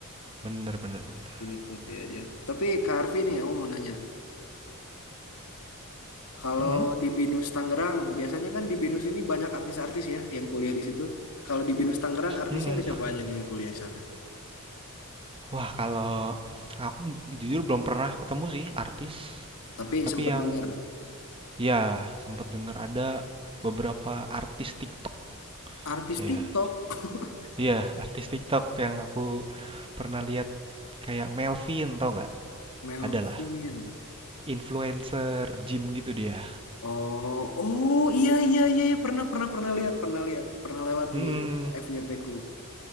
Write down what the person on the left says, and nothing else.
Dinikmati aja. Tapi Kak Arfi nih aku mau nanya, kalau
di BINUS Tangerang, biasanya kan di BINUS ini banyak artis-artis ya yang kuliah di situ. Kalau di BINUS Tangerang artisnya
ada siapa
aja nih yang kuliah di sana?
Tapi
sempat
dengar
artis
TikTok <laughs>
Melvin.
Oh, oh iya iya iya iya. pernah pernah pernah lihat pernah lihat pernah lewat
di FYP ku.